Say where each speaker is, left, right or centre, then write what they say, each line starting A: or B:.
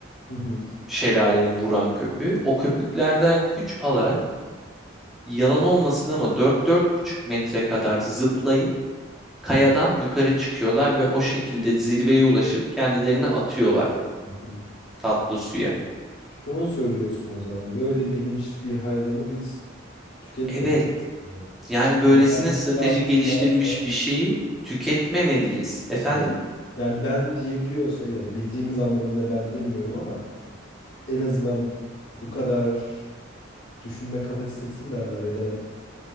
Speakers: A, on the left; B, in the centre.
A: hı hı,
B: Şelalenin vuran köpüğü. O köpüklerden güç alarak yalan olmasın ama 4-4,5 metre kadar zıplayıp kayadan yukarı çıkıyorlar ve o şekilde zirveye ulaşıp kendilerini atıyorlar
A: hı hı.
B: tatlı suya.
A: Şunu söylüyorsun o zaman. Böyle bilinçli bir hayvanı biz tüketmemiz.
B: Evet,
A: gerekiyor.
B: yani böylesine
A: Yani benlik
B: strateji
A: algısı
B: geliştirmiş
A: varsa,
B: bir şeyi tüketmemeliyiz. Efendim?
A: evet. Yani ben diyebiliyorsa ya da bildiğimiz anlamında ben demiyorum ama en azından bu kadar düşünme kapasitesin derler ya da